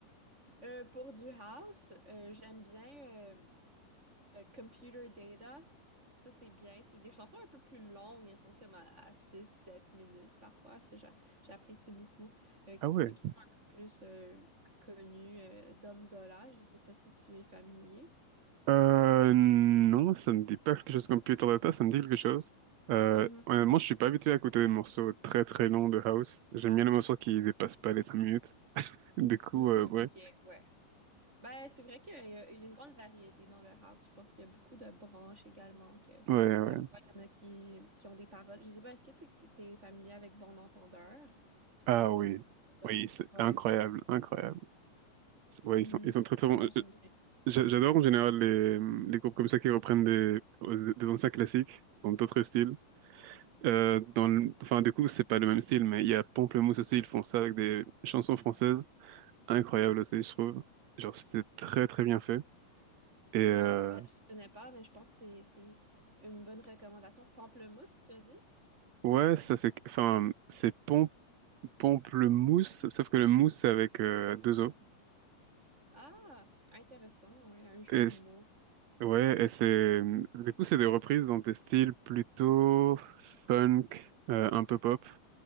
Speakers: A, on the right; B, on the right.
A: Euh, pour du house, euh, j'aime bien. euh, Euh, Computer Data, ça c'est bien. C'est des chansons un peu plus longues. Elles sont comme à, six, sept minutes parfois. Ça, j'a- j'apprécie beaucoup. Euh, qui,
B: Ah ouais.
A: ceux qui sont un peu plus euh, connus, euh, Dom Dolla, je sais pas si tu es familier.
B: Euh, non, ça me dit pas quelque chose comme Peter Data, ça me dit quelque chose. Euh,
A: Mhm.
B: honnêtement, je suis pas habitué à écouter des morceaux très très longs de house. J'aime bien les morceaux qui dépassent pas les 5 minutes. Du coup,
A: Mm,
B: euh, ouais.
A: ok, ouais. Ben, c'est vrai qu'il y a, il y a une grande variété dans le house. Je pense qu'il y a beaucoup de branches également, que
B: Ouais, ouais.
A: parfois il y en a qui, qui ont des paroles. Je sais pas, est-ce que tu es familier avec Bon Entendeur?
B: Ah
A: C'est plus
B: oui.
A: francophone.
B: Oui, c'est
A: Ouais.
B: incroyable, incroyable.
A: Mhm.
B: Ouais, ils sont, ils sont très très bons.
A: Ouais,
B: Euh,
A: j'aime
B: euh,
A: bien.
B: j'a- J'adore en général les, les groupes comme ça qui reprennent des, des anciens classiques dans d'autres styles. Euh, dans le- Enfin, du coup, c'est pas le même style, mais il y a Pamplemousse aussi, ils font ça avec des chansons françaises. Incroyable aussi, je trouve. Genre, c'était très très bien fait. Et euh,
A: Ouais, bah, je connais pas, mais je pense que c'est c'est une bonne recommandation. Pamplemousse, tu as dit?
B: ouais, ça c'est... Enfin, c'est pom Pamplemousse, sauf que le mousse c'est avec euh, deux O.
A: Ah, intéressant, ouais, un jeu
B: Et
A: de
B: c-
A: mots.
B: ouais, et c'est... Du coup, c'est des reprises dans des styles plutôt funk, euh, un peu pop.